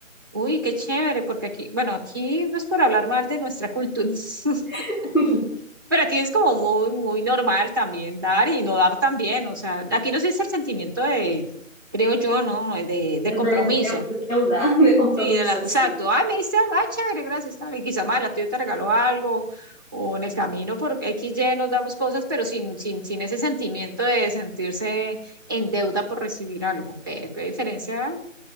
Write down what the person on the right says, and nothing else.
uy, qué chévere, porque aquí, bueno, aquí no es por hablar mal de nuestra cultura, <laughs>
pero aquí es como muy, muy normal también dar y no dar también. O sea, aquí no se dice el sentimiento de, creo yo, ¿no? De, de
compromiso.
Sí, de la- exacto.
Ay, me diste algo, ay, chévere, gracias. tal. Y quizá más adelante yo te regalo algo, o en el camino por X, Y nos damos cosas, pero sin, sin, sin ese sentimiento de sentirse en deuda por recibir algo. Qué, qué diferencia,